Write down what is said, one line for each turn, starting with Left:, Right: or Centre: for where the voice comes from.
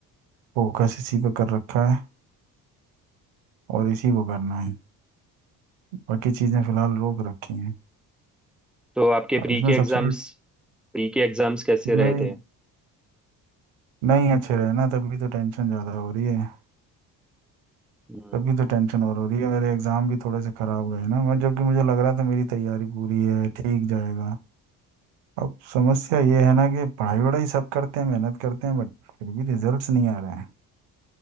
Right: फोकस इसी पे कर रखा है और इसी को करना है बाकी चीज़ें फिलहाल रोक रखी हैं
Centre: तो आपके प्री
Right: अब इसमें
Centre: के एग्जाम्स
Right: सबसे
Centre: प्री के एग्जाम्स कैसे रहे
Right: नहीं
Centre: थे
Right: नहीं अच्छे रहे ना तभी तो टेंशन ज़्यादा हो रही है
Centre: हम्म,
Right: तभी तो टेंशन और हो रही है मेरे एग्ज़ाम भी थोड़े से ख़राब गए ना और जबकि मुझे लग रहा था मेरी तैयारी पूरी है ठीक जाएगा अब समस्या ये है ना कि पढ़ाई वढ़ाई सब करते हैं मेहनत करते हैं बट फिर भी रिजल्ट्स नहीं आ रहे हैं